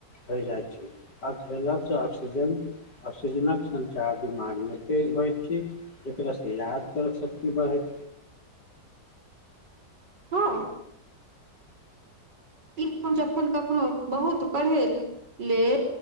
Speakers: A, on the left; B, on the right.
A: भय जाइत छै। आ खेलब सँ ऑक्सीजन, ऑक्सीजनक सञ्चार दिमागमे तेज होइत छी। केकरा सँ याद करब शक्ति बढ़ैत
B: हँ ई हम जखन कखनो बहुत पढ़ै लेल